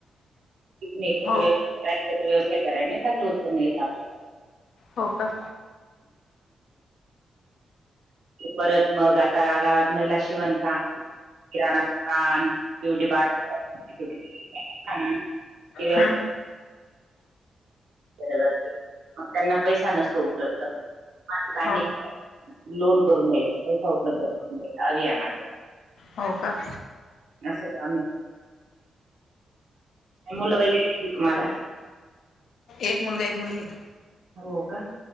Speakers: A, on the right; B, on the left.
A: तुम् एकत्र
B: हो
A: व्यवसाय <unintelligible> करा एकत्र व्यवसाय करा नाही चांगलं उत्पन्न य आपल्याला.
B: हो का?
A: परत मग आता गावात महिला शिवन काम, किराणा दुकान ब्युटी पार्लर <unintelligible> व्यवसाय
B: हां
A: करत असते, मग त्यांना पैसा नसतो उपलब्ध. माझं काम
B: हो
A: आहे, लोन करून द्यायचा पैसा करून द्यायचा अभियानाच.
B: हो का.
A: असं काम आहे ‌. मुलं वगैरे किती तुम्हाला?
B: एक मुलगा, एक मुलगी.
A: हो का?